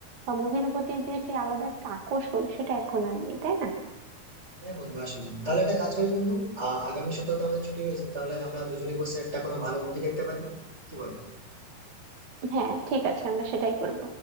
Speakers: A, on the right (about 55°); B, on the right (about 15°).
A: মুভির প্রতি যে সেই আলাদা একটা আকর্ষণ সেটা এখন আর নেই তাই না
B: হ্যাঁ বন্ধু আসুন তাহলে একটা কাজ করি বন্ধু আহ আগামী সপ্তাহে তো আমাদের ছুটি রয়েছে তাহলে আমরা দুজনে বসে একটা কোনো ভালো মুভি দেখতে পারি কি বল
A: হ্যাঁ ঠিক আছে আমরা সেটাই করব